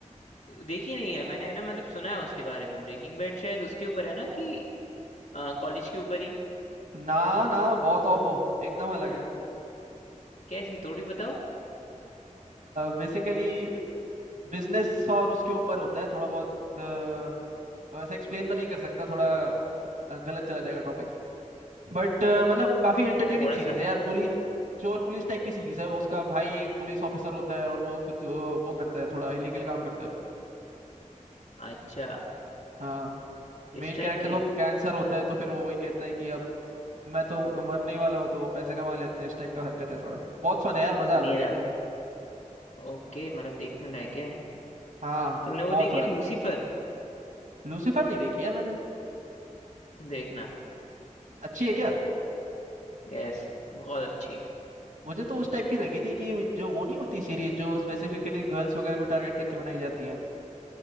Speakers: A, on the left; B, on the right.
A: देखी नहीं है मैंने है ना मतलब सुना है उसके बारे में ब्रेकिंग बैड शायद उसके ऊपर है ना कि कॉलेज के ऊपर ही
B: ना ना बहुत ऑफ हो एकदम अलग है
A: कैसी थोड़ी बताओ
B: बेसिकली बिजनेस और उसके ऊपर होता है थोड़ा बहुत अ, वैसे एक्सप्लेन तो नहीं कर सकता थोड़ा अ, गलत चला जाएगा टॉपिक बट मतलब काफी एंटरटेनिंग
A: थोड़ा
B: सीरीज
A: सा
B: है यार पुलिस चोर पुलिस टाइप की सीरीज है वो उसका भाई एक पुलिस ऑफिसर होता है और वो खुद वो, वो करता है थोड़ा इलीगल काम करता है
A: अच्छा
B: हाँ मेन
A: इस टाइप
B: कैरेक्टर
A: की
B: को कैंसर होता है तो फिर वो वही कहता है कि अब मैं तो मरने ही वाला हूँ तो पैसे कमा लेते हैं इस टाइप का हरकत है थोड़ा बहुत फन है यार मजा
A: मेरा
B: आता है देखने में
A: ओके मतलब देखने लायक है
B: हाँ
A: तुमने वो
B: बहुत
A: देखी
B: फन
A: है
B: है
A: लूसीफर
B: लूसीफर नहीं देखी यार मैंने
A: देखना
B: अच्छी है क्या
A: यस बहुत अच्छी
B: मुझे तो उस टाइप की लगी थी कि जो वो नहीं होती सीरीज जो स्पेसिफिकली गर्ल्स वगैरह को टारगेट करके बनाई जाती है